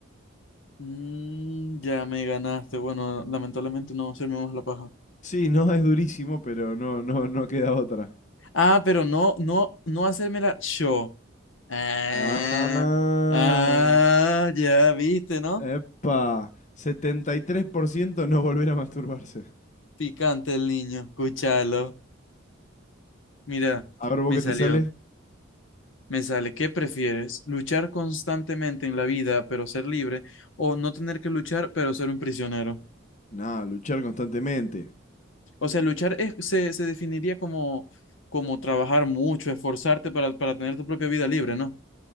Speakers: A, on the left; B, on the left.
A: Mm, ya me ganaste. Bueno, lamentablemente no hacerme más la paja.
B: Sí, no, es durísimo, pero no, no, no queda otra.
A: Ah, pero no, no, no hacérmela yo. Ah,
B: Ah,
A: ah, ya viste, ¿no?
B: epa, 73% no volver a masturbarse.
A: Picante el niño. Escúchalo. Mira,
B: A ver, ¿vos
A: me
B: qué te
A: salió.
B: sale?
A: Me sale, ¿qué prefieres? ¿Luchar constantemente en la vida, pero ser libre? ¿O no tener que luchar, pero ser un prisionero?
B: No, luchar constantemente.
A: O sea, luchar es- se, se definiría como, como trabajar mucho, esforzarte para, para tener tu propia vida libre, ¿no?